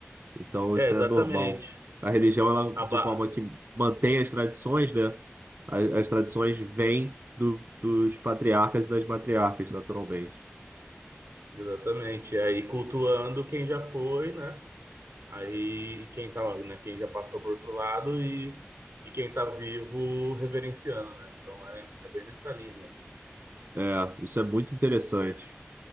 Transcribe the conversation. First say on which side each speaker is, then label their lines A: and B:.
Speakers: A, on the right (about 50°); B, on the right (about 70°).
A: Então
B: É,
A: isso
B: exatamente.
A: é normal. A religião, ela,
B: Abá.
A: de forma que mantém as tradições, né? As, as tradições vêm do, dos patriarcas e das matriarcas, naturalmente.
B: Exatamente. E aí cultuando quem já foi, né? Aí e quem tá, né, quem já passou por outro lado e, e quem tá vivo reverenciando, né? Então é, é bem nessa linha mesmo.
A: É, isso é muito interessante.